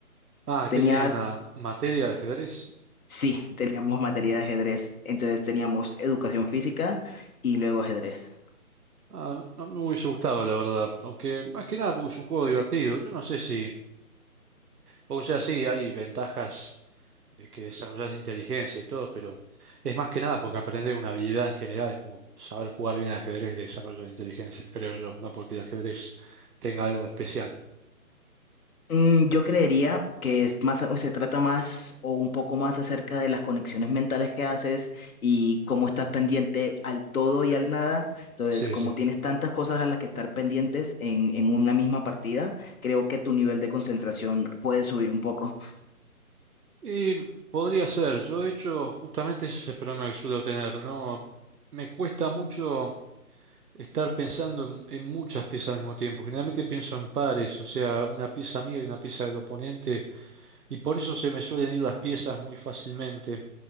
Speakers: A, on the right (about 80°); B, on the left (about 70°).
A: Ah,
B: Tenía,
A: que tenía una materia de ajedrez.
B: sí, teníamos materia de ajedrez, entonces teníamos educación física y luego ajedrez.
A: Ah, a mí me hubiese gustado, la verdad. Aunque más que nada porque es un juego divertido. Yo no sé si, porque o sea, sí, hay ventajas de que desarrollas inteligencia y todo, pero es más que nada porque aprendes una habilidad en general, como saber jugar bien al ajedrez de desarrollo de inteligencia, creo yo, no porque el ajedrez tenga algo especial.
B: Mm, yo creería que es más, eh, se trata más o un poco más acerca de las conexiones mentales que haces y cómo estás pendiente al todo y al nada. Entonces,
A: Sí,
B: como
A: sí.
B: tienes tantas cosas a las que estar pendientes en, en una misma partida, creo que tu nivel de concentración puede subir un poco.
A: Y podría ser, yo de hecho, justamente ese es el problema que suelo tener, ¿no? Me cuesta mucho estar pensando en, en muchas piezas al mismo tiempo. Generalmente pienso en pares, o sea, una pieza mía y una pieza del oponente, y por eso se me suelen ir las piezas muy fácilmente.